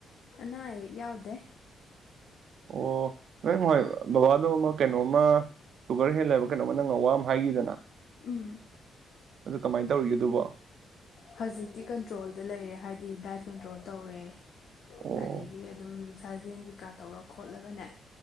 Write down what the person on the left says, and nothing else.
ꯑꯅꯥꯌꯦꯛ ꯌꯥꯎꯗꯦ꯫
ꯎꯝ
ꯍꯧꯖꯤꯛꯇꯤ ꯀꯟꯇ꯭ꯔꯣꯜꯗ ꯂꯩꯔꯦ ꯍꯥꯏꯗꯤ ꯗꯥꯏꯠ ꯀꯟꯇ꯭ꯔꯣꯜ ꯇꯧꯋꯦ꯫
ꯑꯗꯒꯤ ꯑꯗꯨꯝ ꯁꯥꯖꯦꯟ ꯀꯩꯀꯥ ꯇꯧꯔ ꯈꯣꯠꯂꯒꯅꯦ꯫